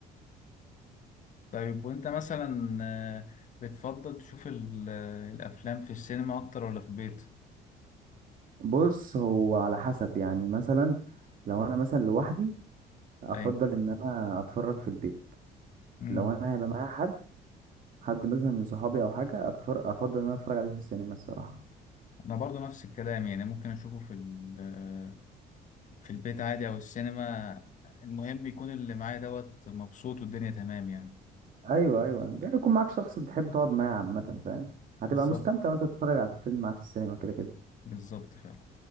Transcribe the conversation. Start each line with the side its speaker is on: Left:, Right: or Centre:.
Left: طيب وانت مثلا آه، بتفضل تشوف ال- آه، الافلام في السينما اكتر ولا في البيت
Right: بص هو على حسب يعني مثلا لو أنا مثلا لوحدي أفضل
Left: ايوه
Right: إن أنا أتفرج في البيت
Left: امم
Right: لو أنا هيبقى معايا حد حد مثلا من صحابي أو حاجة أتفرج أفضل إن أنا أتفرج عليه في السينما الصراحة
Left: انا برضو نفس الكلام يعني ممكن اشوفه في ال- آه، في البيت عادي او السينما المهم يكون اللي معايا دوت مبسوط والدنيا تمام يعني
Right: ايوه ايوه يعني يكون معاك شخص بتحب تقعد معاه عامة فاهم هتبقى
Left: بالظبط
Right: مستمتع وانت بتتفرج على الفيلم معاه في السينما كده كده
Left: بالظبط فعلا